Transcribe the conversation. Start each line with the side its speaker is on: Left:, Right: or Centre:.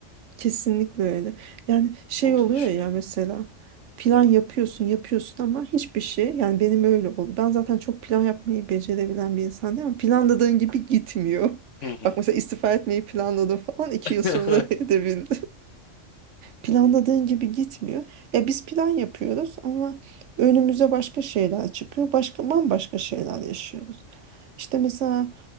Right: Kesinlikle öyle. Yani şey
Left: olduğunu
Right: oluyor
Left: düşünüyorum.
Right: ya mesela plan yapıyorsun yapıyorsun ama hiçbir şey yani benim öyle oldu. Ben zaten çok plan yapmayı becerebilen bir insan değilim ama planladığın gibi gitmiyor. <laughs>
Left: Hı hı.
Right: Bak mesela istifa etmeyi planladım falan iki
Left: <laughs>
Right: yıl sonra <laughs> edebildim. Planladığın gibi gitmiyor. Ya biz plan yapıyoruz ama önümüze başka şeyler çıkıyor. Başka bambaşka şeyler yaşıyoruz. İşte mesela